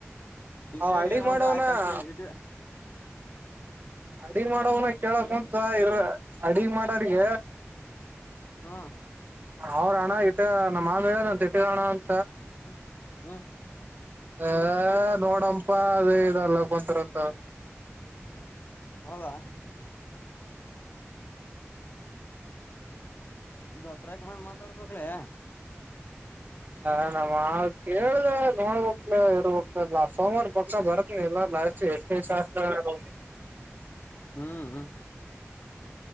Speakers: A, on the left; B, on the right.
A: ಈ
B: ಅವ್
A: ಸರಿ
B: ಅಡಿಗ್
A: ಏನಗ
B: ಮಾಡವ್ನ
A: ಆಯ್ತ ಅಷ್ಟೇ ಇ
B: ಅಡಿ ಮಾಡವನ ಕೇಳಕ್
A: ಹಲೋ
B: ಉಂಸ ಇರ ಅಡಗ್ ಮಾಡಾರಗ
A: ಹ್ಮ
B: ಅವ್ರಣ್ಣ ಇಟ್ಟ ನಮ್ಮ ಮಾ ಮೇಡ ನನ್ ತಟ್ಟಿಗಣ ಅ
A: ಹ್ಮ್ ಹಾ
B: ಹ ನೋಡಂಪ ಅದ ಇಲ್ಲ ಕೊಂತರಂತ
A: ಹೌದಾ ದೊಡ್ಡ್ರಾಗ ಮಾಡ್ ಮಾತಾಡ್ಬೇಕಕ್ಲೇ
B: ಹ ನ ಕೇಳ್ದ ನೋಡ್ಬ ಇ ನಾ ಸೋಮವಾರ ಪಕ್ಕ ಬರತ್ನ ಇಲ್ಲ ನಾ ಎಷ್ಟು ಹ
A: ಹ್ಮ್ ಹ